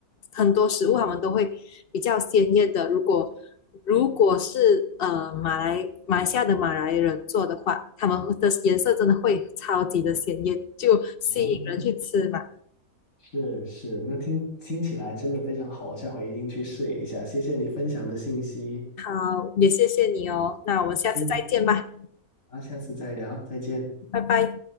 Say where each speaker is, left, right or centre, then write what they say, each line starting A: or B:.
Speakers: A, on the left; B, on the left.
A: 很多食物他们都会比较鲜艳的。如果如果是呃马来马来西亚的马来人做的话，他们的颜色真的会超级的鲜艳，就吸引人去吃嘛。
B: 哦，是是，那听听起来真的非常好，我下回一定去试一下。谢谢你分享的信息，
A: 好，也谢谢你哦，那我们下次再见吧，
B: 嗯，好，下次再聊，再见。
A: 拜拜。